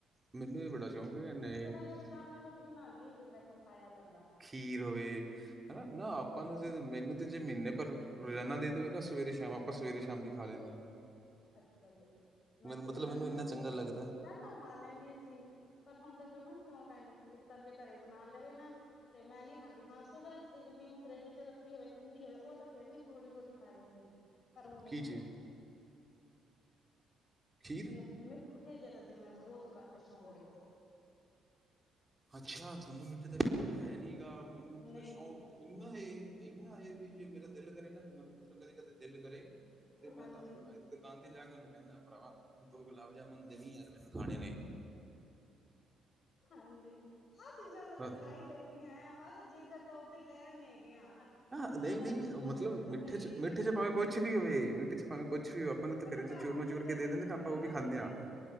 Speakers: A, on the right; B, on the left.
A: ਮੈਨੂੰ ਵੀ ਬੜਾ ਕਿਉਂਕਿ ਨੇ
B: ਪਰ ਐਵੇਂ ਰੋਜ਼ਾਨਾ ਦੁੱਧ ਨਾਲ ਨਈ ਬਈ ਮੇਰੇ ਤੋਂ ਖਾਇਆ ਜਾਂਦਾ
A: ਖੀਰ ਹੋਏ ਹੈ ਨਾ ਆਪਾਂ ਨੂੰ ਤਾਂ ਮੈਨੂੰ ਤਾਂ ਜੇ ਮਹੀਨੇ ਪਰ ਰੋਜ਼ਾਨਾ ਦੇ ਦੇਵੇ ਨਾ ਸਵੇਰੇ ਸ਼ਾਮ ਆਪਾਂ ਸਵੇਰੇ ਸ਼ਾਮ ਵੀ ਖਾ ਲੈਂਨੇ ਆ <inaudible>
B: ਅੱਛਾ ਜੀ, ਮੈਂ
A: ਮੈਨੂੰ
B: ਖੀਰ
A: ਮਤਲਬ
B: ਤਾਂ
A: ਮੈਨੂੰ
B: ਖਾਂਦੀ
A: ਇੰਨਾ ਚੰਗਾ
B: ਨਈ
A: ਲੱਗਦਾ
B: ਪਹਿਲਾਂ ਖਾ ਲੈਂਦੀ ਸੀ ਪਰ ਹੁਣ ਤਾਂ ਜਵਾ ਸ਼ੌਂਕ ਹੈ ਨੀ ਖੀਰ ਦਾ, ਜੇ ਘਰੇ ਹੀ ਬਣਾ ਲਵੇ ਨਾ ਤੇ ਮੈਂ ਨੀ ਖਾਂਦੀ ਹਾਂ ਸੁਬਹ ਜਿਵੇਂ ਫਰਿੱਜ ਚ ਰੱਖੀ ਹੋਵੇ ਠੰਡੀ ਹੋਵੇ ਉਹ ਤਾਂ ਫੇਰ ਵੀ ਥੋੜੀ ਬਹੁਤੀ ਖਾ ਲੈਨੀ ਆ ਪਰ ਊ ਨੀ
A: ਕੀ
B: ਖਾਦੀ
A: ਚੀਜ਼ ਖੀਰ
B: ਮੈਨੂੰ ਮਿੱਠੇ ਜਿਹੇ ਤਾਂ ਜੇਵੇਂ ਬਹੁਤ ਘੱਟ ਸ਼ੌਂਕ ਐ
A: ਅੱਛਾ ਥੋਨੂੰ ਮਿੱਠੇ ਦਾ ਸ਼ੌਕ ਹੈ ਨੀ ਗਾ, ਮੈਨੂੰ ਮਿੱਠੇ
B: ਨਹੀਂ
A: ਦਾ ਸ਼ੌਕ
B: ਜੀ
A: ਨਾ ਇਨਾ ਇਹ ਇਨਾ ਇਹ ਵੀ ਜੇ ਮੇਰਾ ਦਿਲ ਕਰੇ ਨਾ ਮਤਲਬ ਕਦੇ-ਕਦੇ ਦਿਲ ਕਰੇ ਤੇ ਮੈਂ
B: ਹਾਂਜੀ
A: ਤਾਂ ਹਲਵਾਈ ਦਿ ਦੁਕਾਨ ਤੇ ਜਾ ਕੇ ਉਹਨੂੰ ਕਹਿੰਦਾ, ਭਰਾਵਾ ਦੋ ਗੁਲਾਬ ਜਾਮੁਨ ਦੇਵੀ ਯਾਰ ਮੈਨੂੰ ਖਾਣੇ ਨੇ
B: ਹਾਂਜੀ, ਆਹ ਚੀਜ਼ਾਂ ਤਾਂ ਫੇਰ
A: ਹਾਂ
B: ਖਾਈ ਲਈ ਦੀਆ, ਆਹ ਤਾਂ ਜੀ ਕਰਦਾ ਤਾਂ ਓਦਾਂ ਹੀ ਲੈ ਆਨੇ ਹੈਗੇ ਆ
A: ਹਾਂ,
B: ਹੁਣ
A: ਨਹੀਂ ਨਹੀਂ
B: ਦੋ
A: ਮਤਲਬ
B: ਤਰੀਕ ਨੂੰ
A: ਮਿੱਠੇ
B: ਮੇਰੀ
A: ਚ ਮਿੱਠੇ
B: ਜਿਵੇਂ
A: ਚ ਭਾਵੇਂ ਕੁਛ ਵੀ ਹੋਵੇ ਮਿੱਠੇ ਚ ਭਾਵੇਂ ਕੁਛ ਵੀ ਹੋਵੇ ਆਪਾਂ ਨੂੰ ਤਾਂ
B: ਮੈਨੂੰ
A: ਘਰੇ
B: ਘਰ
A: ਚ ਚੂਰਮਾ
B: ਦੀਆਂ ਚੀਜ਼ਾਂ
A: ਚੂਰ ਕੇ ਦੇ
B: ਨਈ
A: ਦਿੰਦੇ
B: ਪਸੰਦ
A: ਆਪਾਂ ਉਹ ਵੀ
B: ਨਾ
A: ਖਾਂਦੇ
B: ਜਿਵੇਂ
A: ਆ